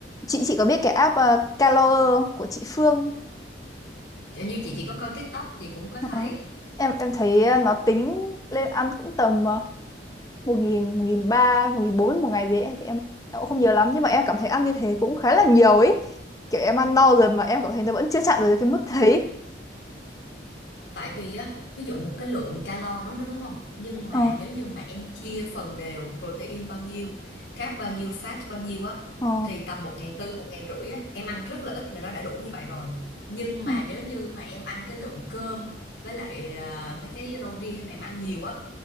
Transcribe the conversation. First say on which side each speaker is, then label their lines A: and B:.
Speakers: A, on the left; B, on the left.
A: chị chị có biết cái app ờ, Calo không? của chị Phương
B: Chẳng như chị chỉ có coi TikTok chị cũng có
A: Ờ,
B: thấy
A: em em thấy ờ, nó tính lên ăn cũng tầm ờ, một nghìn một nghìn ba một nghìn bốn một ngày gì ấy thì em, em cũng không nhớ lắm nhưng mà em cảm thấy ăn như thế cũng khá là nhiều ấy kiểu em ăn no rồi mà em cảm thấy nó vẫn chưa chạm được cái mức thấy
B: Tại vì á, ví dụ một cái lượng calo đúng đúng không? Nhưng mà
A: ờ
B: nếu như mà em chia phần đều protein bao nhiêu, carb bao nhiêu, fat bao nhiêu á
A: ờ
B: thì tầm 1.400, 1.500 á, em ăn rất là ít là nó đã đủ như vậy rồi. Nhưng mà
A: ờ
B: nếu như mà em ăn cái lượng cơm với lại à, mấy cái rau ria mà em ăn nhiều á